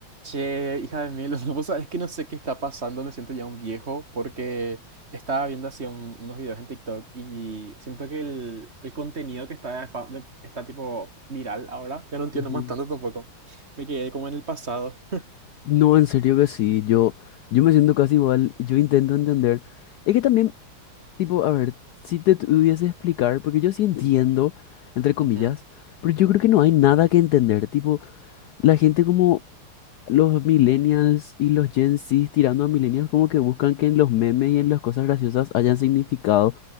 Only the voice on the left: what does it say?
Ujú.
No, en serio que sí, yo, yo me siento casi igual, yo intento entender. Es que también, tipo, a ver, si te tuviese explicar, porque yo sí entiendo,
entre comillas,
pero yo creo que no hay nada que entender, tipo, la gente como Los millennials y los Gen Z tirando a millennials como que buscan que en los memes y en las cosas graciosas hayan significado,